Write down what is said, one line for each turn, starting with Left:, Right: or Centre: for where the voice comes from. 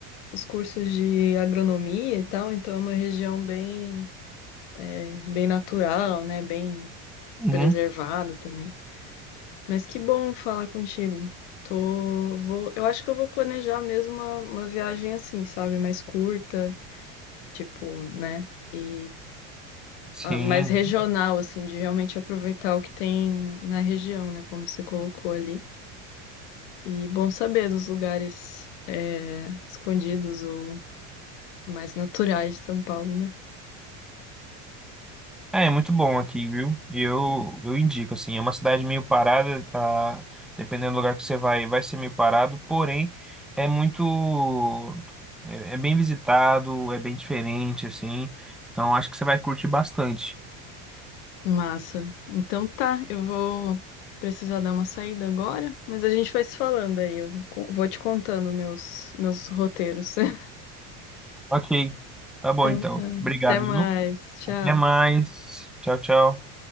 Left: os cursos de agronomia e tal, então é uma região bem, é, bem natural, né, bem
Centre: Uhum.
Left: preservada também. Mas que bom falar contigo. Tô, vou, eu acho que eu vou planejar mesmo uma, uma viagem assim, sabe? Mais curta, tipo, né? E
Centre: Sim.
Left: ah, mais regional, assim, de realmente aproveitar o que tem na região, né? Como você colocou ali. E bom saber dos lugares é, escondidos ou mais naturais de São Paulo, né?
Centre: É, é muito bom aqui, viu? E eu, eu indico, assim, é uma cidade meio parada, ah, dependendo do lugar que você vai, vai ser meio parado, porém é muito, é, é bem visitado, é bem diferente, assim, então acho que você vai curtir bastante.
Left: Massa. Então tá, eu vou precisar dar uma saída agora, mas a gente vai se falando aí. Eu con- vou te contando meus, meus roteiros. <laughs>
Centre: Ok, tá bom
Left: Então
Centre: então.
Left: tá.
Centre: Obrigado,
Left: Até mais.
Centre: viu?
Left: Tchau.
Centre: Até mais. Tchau, tchau.